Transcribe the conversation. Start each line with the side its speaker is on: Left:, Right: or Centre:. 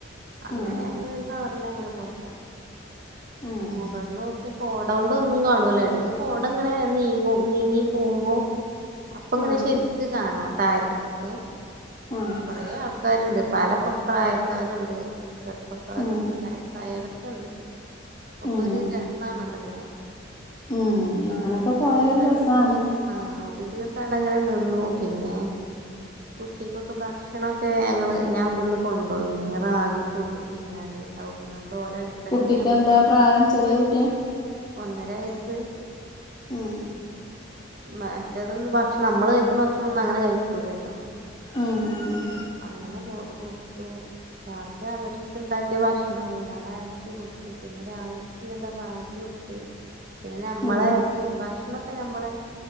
Right: അങ്ങനെ
Left: ആഹ്
Right: അങ്ങ ഒരു കാറല്ലാം അങ്ങനെ പോയണ്ടാ
Left: ആഹ്
Right: മുകളൾന്ന് നോക്കിയ കോട കൊണ്ട് ഒന്നും കാണൂല്ല ഇടക്ക് കോട ഇങ്ങനെ നീങ്ങും നീങ്ങി പോകുമ്പോ അപ്പൊ ങ്ങനെ
Left: ആഹ്
Right: ശെരിക്ക് കാണാ താഴത്ത്ക്കൊക്കെ.
Left: ആഹ്
Right: കൊറേ ആൾക്കാരുണ്ട് പല പ്രായക്കാര്ണ്ട്. ചെറുപ്പക്കാരും
Left: ഉം
Right: വായസായോലൊക്കെണ്ട്. ഇപ്പൊക്കെ
Left: ഉം
Right: ഒരു രസാണല്ലോ അങ്ങനെ
Left: ഉം അങ്ങനൊക്കെ
Right: അങ്ങന ഒരു
Left: പോയ
Right: ദിവസം അവെടെ
Left: രസാണ്
Right: പോയി ആഹ് ഒരു ദിവസം അടക്കങ്ങനെ നിന്നു പിന്നെ. കുട്ടിക്കൊക്കെ ഭക്ഷണൊക്കെ ഞങ്ങള്ൾ ഞാൻ ഇവിടുന്ന് കൊണ്ടപോയിന്നു റാഗി പൊടിയൊക്കെ ഇങ്ങാണ്ട് ഓലെ അടുക്കളയിന്ന്
Left: കുട്ടിക്ക്
Right: നമ്മ
Left: എന്താ പ്രായം ചെറിയ കുട്ടിയ
Right: ഒന്നര വയസ്സ്.
Left: ആഹ്
Right: മ മറ്റേതൊന്നും ഭക്ഷണം നമ്മള് കഴിക്കുന്ന ഭക്ഷണം ഒന്നും അങ്ങനെ കഴിക്കൂലല്ലോ?
Left: ആഹ് ആ
Right: അങ്ങനെ കൊ കൊടുത്തു രാത്രി അവർക്ക് ണ്ടാക്കിയ ഭക്ഷണ ണ്ടീനു അത അരച്ച പിന്നെ രാവിലക്ക് എന്താ റാഗി കൊടുത്തു. പിന്നെ നമ്മളെത്ത്
Left: ഉം ഉം
Right: ഭക്ഷണൊക്കെ നമ്മള്